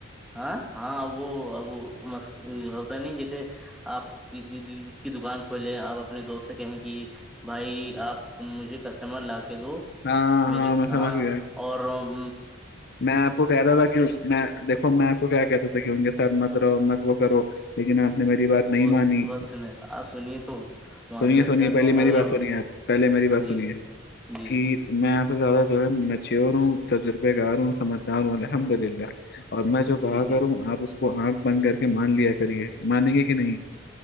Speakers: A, in the centre; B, on the left.
A: ہاں ہاں وہ اب مس پت نہیں جیسے آپ کسی ک کی دکان کھولے آپ اپنے دوست سے کہیں کہ بھائی آپ مجھے کسٹمر لا کہ دو
B: ہاں
A: میرے
B: میں
A: ہاں
B: سمجھ گیا
A: اورم
B: میں آپ کو کہ رہتا تھا کہ میں دیکھو میں آپ کو کیا کہتا تھا کہ ان کے سڈ متر م وہ کر لیکن آپ نے میری بات نہیں
A: بہت
B: مانی
A: سنے آپ سنیے تو معذرت
B: سنیے سنیے
A: چاہتا
B: پہلے
A: ہوں
B: میری
A: مگر
B: بات سنیے آپ پہلے میری بات
A: جی
B: سنیے
A: جی جی
B: کہ میںپ زیادہ جو ہے میں چیور ہوں تجربے کے اروں سمجتار الحمد للہ اور میں جو کہا
A: جی
B: کر
A: جی
B: ہوں آاں کو آنکھ بند کر کے مان لیا کرے مانیں گے کہ نہیں